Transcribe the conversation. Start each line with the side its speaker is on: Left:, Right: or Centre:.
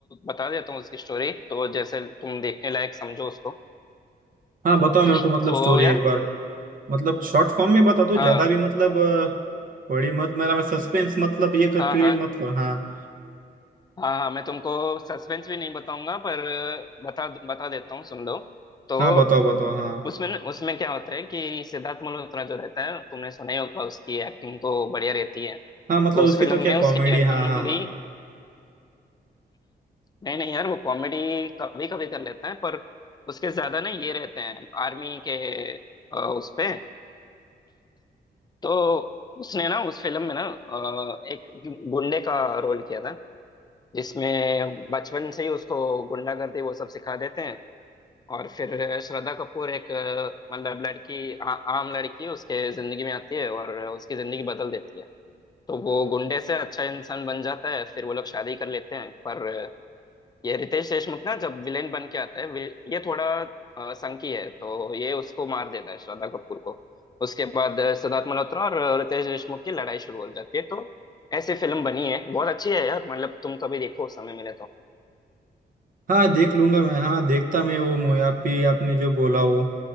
Left: बता देता हूँ उसकी स्टोरी तो जैसे तुम देखने लायक समझो उसको
Right: हाँ बताओ मेरे को
Left: तो
Right: मतलब स्टोरी
Left: यार
Right: एक बार मतलब शॉर्ट फॉर्म में बता दो
Left: हाँ
Right: ज्यादा भी मतलब अ, बड़ी मत मेरा मैं सस्पेंस मतलब ये कर
Left: हाँ
Right: क्रिएट
Left: हाँ
Right: मत करो हाँ
Left: हाँ हाँ मैं तुमको सस्पेंस भी नहीं बताऊंगा पर बता बता देता हूँ सुन लो तो
Right: हाँ बताओ बताओ हाँ
Left: उसमें न- उसमें क्या होता है कि सिद्धार्थ मल्होत्रा जो रहता है तुमने सुना ही होगा उसकी एक्टिंग तो बढ़िया रहती है
Right: हाँ मतलब
Left: तो उस
Right: उसकी
Left: फिल्म
Right: तो क्या
Left: में उसकी
Right: कॉमेडी
Left: एक्टिंग
Right: हाँ हाँ हाँ
Left: भी नहीं नहीं यार वो कॉमेडी कभी कभी कर लेता है पर उसके ज्यादा ना ये रहते हैं आर्मी के अ, उस पे तो उसने ना उस फिल्म में ना अ, एक गुंडे का रोल किया था जिसमें बचपन से ही उसको गुंडागर्दी वो सब सिखा देते हैं और फिर श्रद्धा कपूर एक अ, मतलब लड़की आ, आम लड़की उसके जिंदगी में आती है और उसकी जिंदगी बदल देती है तो वो गुंडे से अच्छा इंसान बन जाता है फिर वो लोग शादी कर लेते हैं पर अ, ये रितेश देशमुख ना जब विलेन बन के आता है विल- ये थोड़ा अ, संकी है तो ये उसको मार देता है श्रद्धा कपूर को उसके बाद अ, सिद्धार्थ मल्होत्रा और रितेश देशमुख की लड़ाई शुरू हो जाती है तो ऐसी फिल्म बनी है बहुत अच्छी है यार मतलब तुम कभी देखो समय मिले तो
Right: हाँ देख लूंगा मैं हाँ देखता मैं वो मूवी आप भी आपने जो बोला वो